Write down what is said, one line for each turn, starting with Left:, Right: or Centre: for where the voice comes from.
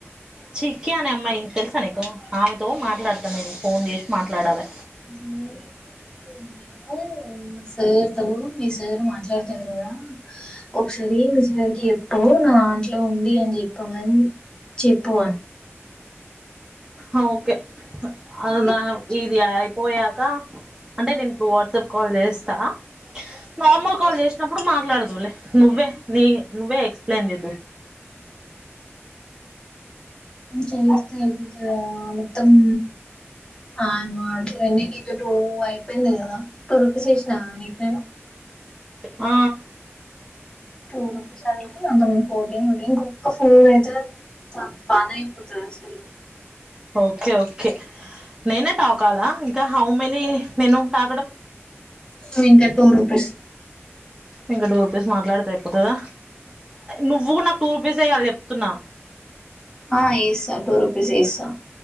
Right: చికి అనే అమ్మాయి తెలుసా నీకు? ఆమెతో మాట్లాడతా. నేను ఫోన్ జేసి మాట్లాడాలే.
Left: లే...... దు నేను. మా సార్ తో మీ సార్ మాట్లాడతాడు గదా. ఒకసారి మీ సార్ కి జెప్పు, నా ఆట్లో ఉంది అని చెప్పామని చెప్పు అని.
Right: హా, ఓకే. అల్లానహాబ్
Left: ఎప్పుడు
Right: ఇది ఐ పోయాక. అంటే, నేను ఇప్పుడు వాట్సాప్ కాల్ జేస్ తా? నార్మల్
Left: చెప్పలేదు
Right: కాల్, జేసినప్పుడు మాట్లాడదు. నీవు లే, నువ్వే ని నువ్వే ఎక్స్‌ప్లెయిన్ జేదువ్.
Left: ఉమ్. చేస్తే అయిపోతాది గదా. అలాతో తమ్. ఆయన మాటలన్ని, నీతోటి టూ అయిపోయింది కదా? టూ రుపీస్ వేసినా నీకు నేను?
Right: ఆ
Left: టూ రుపీస్ అండి, <inaudible> ఫోర్టీన్ <inaudible> ఇంకా ఫోర్ అయితదనంట, పాణమే పోతది అసలు.
Right: ఓకే, ఓకే నేనే టాకాలా ఇంకా? హౌ మెనీ నేను టాకడం?
Left: నీవు ఇంకా, టూ రూపీస్.
Right: ఇంకా టూ రూపీస్ మాట్లాడితే అయిపోతుదా. నువ్వు గూడా నాక్ టూ రూపీస్ ఏయాలి, చెప్తున్నా.
Left: ఆ, ఏస్సా. టూ రుపీస్ ఏస్సా.